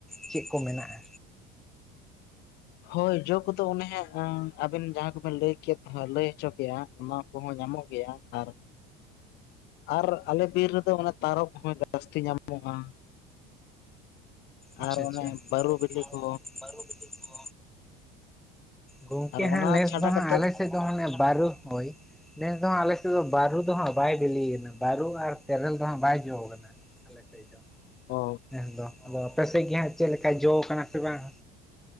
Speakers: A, in the centre; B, on the left.
A: ᱪᱮᱫ ᱠᱚ ᱢᱮᱱᱟᱜᱼᱟ᱾
B: ᱦᱳᱭ ᱡᱚ ᱠᱚᱫᱚ ᱚᱱᱮ ᱦᱟᱸᱜ ᱟᱵᱮᱱ ᱡᱟᱦᱟᱸ ᱠᱚᱵᱮᱱ ᱞᱟᱹᱭ ᱞᱟᱹᱭ ᱦᱚᱪᱚ ᱠᱮᱼᱟ ᱚᱱᱟ ᱠᱚᱦᱚᱸ ᱧᱟᱢᱚᱜ ᱜᱮᱭᱟ ᱟᱨ <inaudible> ᱟᱨ ᱟᱞᱮ ᱵᱤᱨ ᱨᱮᱫᱚ ᱚᱱᱮ ᱛᱟᱨᱚᱵ ᱦᱚᱸ ᱡᱟᱹᱥᱛᱤ ᱧᱟᱢᱚᱜᱼᱟ᱾
A: ᱟᱪᱪᱷᱟ
B: ᱟᱨ
A: ᱟᱪᱪᱷᱟ
B: ᱚᱱᱮ
A: ᱟᱨ
B: ᱵᱟᱹᱨᱩ ᱵᱤᱞᱤ ᱠᱚ
A: ᱚᱱᱟ ᱵᱟᱨᱩ ᱵᱤᱞᱤ ᱠᱚ ᱜᱚᱝᱠᱮ
B: ᱟᱨ ᱚᱱᱟ
A: ᱦᱟᱸᱜ ᱱᱮᱥ
B: ᱪᱷᱟᱰᱟ
A: ᱫᱚ
B: ᱠᱟᱛᱮᱫ
A: ᱦᱟᱸᱜ ᱟᱞᱮ ᱥᱮᱫ ᱫᱚ ᱮ ᱵᱟᱨᱩ ᱦᱳᱭ ᱱᱮᱥ ᱫᱚᱦᱟᱸᱜ ᱟᱞᱮᱥᱮᱫ ᱫᱚ ᱵᱟᱹᱨᱩ ᱫᱚᱦᱟᱸᱜ ᱵᱟᱭ ᱵᱤᱞᱤᱭ ᱠᱟᱱᱟ ᱵᱟᱹᱨᱩ ᱟᱨ ᱛᱮᱨᱮᱞ ᱫᱚᱦᱟᱸᱜ ᱵᱟᱭ ᱡᱚ ᱟᱠᱟᱱᱟ᱾ ᱟᱞᱮ ᱥᱮᱫ ᱫᱚ
B: ᱚ
A: ᱱᱮᱥ ᱫᱚ ᱟᱫᱚ ᱟᱯᱮ ᱥᱮᱫ ᱜᱮ ᱦᱟᱸᱜ ᱪᱮᱫ ᱞᱮᱠᱟᱭ ᱡᱚ ᱠᱟᱱᱟ ᱥᱮ ᱵᱟᱝ